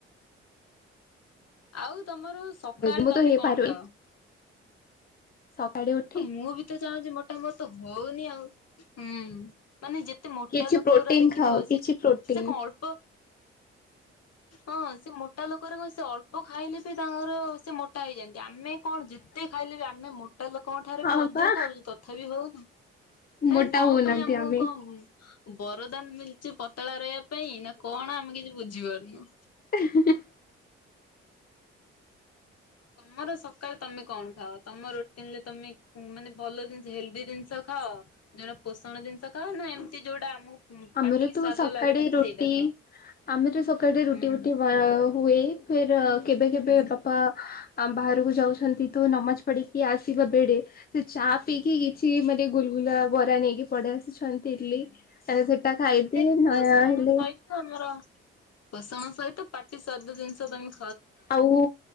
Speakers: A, on the left; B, on the left.
A: ଆଉ ତମର ସକାଳେ
B: ମୁଁ
A: ତମେ
B: ତ ହେଇପାରୁନି।
A: କଣ ଖାଅ?
B: ସକାଳେ ଉଠି
A: ମୁଁ ବି ତ ଚାହୁଁଚି ମୋଟାାମୋଟ ତ ହଉନି ଆଉ ହୁଁ ମାନେ ଯେ- - ଏତେ ମୋଟା
B: କିଛି
A: ଲୋକର
B: ପ୍ରୋଟିନ
A: ଦେଖିଥିବ
B: ଖାଅ କିଛି
A: ସେ
B: ପ୍ରୋଟିନ।
A: ସେ କଂ ଅଳ୍ପ ହଁ ସେ ମୋଟା ଲୋକରେ କଣ ସେ ଅଳ୍ପ ଖାଇଲେ ବି ତାଙ୍କର ସେ ମୋଟା ହେଇଯାନ୍ତି ଆମେ -- କଣ ଯେତେ ଖାଇଲେ ବି ଆମେ ମୋଟା ଲୋକଙ୍କ ଠାରୁ
B: ହଁ
A: ବି ଅଧିକ
B: ପା
A: ଖାଉଛୁ ତଥାପି ହଉନି। ଆରେ
B: ମୋଟା
A: କଂ
B: ହଉନାହାନ୍ତି
A: ପାଇଁ ଆମକୁ
B: ଆମେ।
A: କଂ ବରଦାନ ମିଳିୁଛି ପତଳା ରହିବା ପାଇଁ ନା କଣ ଆମେ କିଛି ବୁଝି ପାରୁନୁ।
B: ଇ ହି ହିଁ
A: ତମର ସକାଳେ ତମେ କଣ ଖାଅ ତମ ରୁଟିନ ରେ ତମେ ମାନେ ଭଲ ଜିନିଷ ହେଲଦି ଜିନିଷ -- ଖାଅ। ଯୋଉଟା ପୋଷଣ ଜିନିଷ ଖାଅ ନା ଏମିତି ଯୋଉଟା ଆମକୁ
B: ଆମର
A: ପାଟିକି
B: ତ
A: ସ୍ଵାଦ
B: ମୁଁ ସକାଳେ
A: ଲାଗେ ତମେ
B: ରୁଟି।
A: ସେଇଟା ଖାଅ।
B: ଆମେ ତ ସକାଳେ ରୁଟି
A: ହୁଁ।
B: ଉଟି ହୁଏ। ଫିର୍ କେବେ କେବେ
A: ହୁଁ
B: ବାପା ବାହାରକୁ ଯାଉଛନ୍ତି। ତୁ ନମାଜ ପଢିକି ଆସିବା ବେଳେ ସେ ଚା
A: ହୁଁ
B: ପିଇକି କିଛି ମାନେ ଗୁଲଗୁଲା, ବରା ନେଇକି ପଡେଇ ଆସୁଛନ୍ତି।
A: ହୁଁ
B: ଇଡଲି
A: ହୁଁ
B: ସେଟା ଖାଇଦିଏ।
A: ମାନେ
B: ନ
A: ପୋଷଣ
B: ହେଲେ
A: ସହିତ ଆମର ପୋଷଣ ସହିତ ପାଟି ସ୍ୱାଦ ଜିନିଷ ତମେ
B: ଆଉ